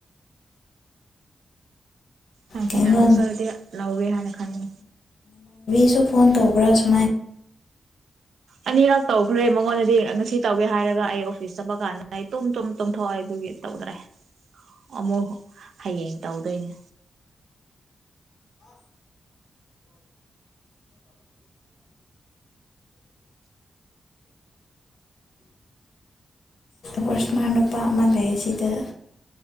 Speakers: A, on the right (about 80°); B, on the left (about 90°).
A: ꯍ ꯍꯦ
B: ꯀꯩꯅꯣ
A: ꯇꯔꯃꯨꯛꯇꯔꯗꯤ ꯂꯧꯒꯦ ꯍꯥꯏꯅ ꯈꯟꯅꯤ
B: ꯁꯨ ꯐꯣꯟ ꯇꯧꯕ꯭ꯔꯥ ꯁ
A: ꯑꯅꯤꯔꯛ ꯇꯧꯈ꯭ꯔꯦ ꯃꯉꯣꯟꯗꯗꯤ ꯉꯁꯤ ꯇꯧꯒꯦ ꯍꯥꯏꯔꯒ ꯑꯩ ꯑꯣꯐꯤꯁ ꯆꯠꯄ ꯀꯥꯟꯅ ꯑꯩ ꯇꯨꯝ ꯇꯨꯝ ꯇꯨꯝꯊꯣꯛꯑꯦ ꯑꯗꯨꯒꯤ ꯇꯧꯗ꯭ꯔꯦ ꯑꯃꯨꯛ ꯍꯌꯦꯡ ꯇꯧꯗꯣꯏꯅꯦ
B: ꯄꯁ ꯃ ꯅꯨꯄꯥ ꯑꯃ ꯂꯩꯌꯦ ꯁꯤꯗ